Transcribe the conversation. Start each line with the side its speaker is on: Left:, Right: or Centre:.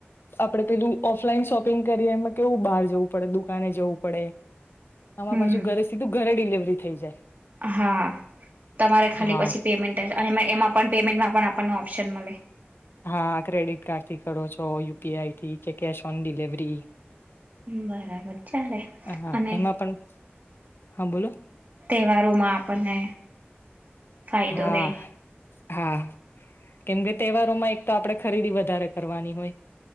Left: આપડે પેલું ઓફલાઈન શોપિંગ કરીએ એમાં કેવું બહાર જવું પડે દુકાને જવું પડે આમા
Right: હમ
Left: પાછું ઘરે સીધું ઘરે ડડીલેવરી થઈ જાય
Right: હા તમારે ખાલી
Left: હા
Right: પછી પેમેન્ટ અને એમાં પણ પેમેન્ટમાં પણ આપણ આપ ઓપ્શન મળ
Left: હા ક્રેડિટ કાર્ડ થી કરો છો યુપીઆઈથી કે કેશ ઓન ડિલવરી
Right: બરાબર ચાલે
Left: હા
Right: અને
Left: એમાં પણ હા બોલો
Right: તહેવારોમાં આપણને ફાયદો
Left: હા
Right: રે
Left: હા કેમકે તહેવારોમાં એક તો આપડણે ખરીદી વધારે કરવાની હોય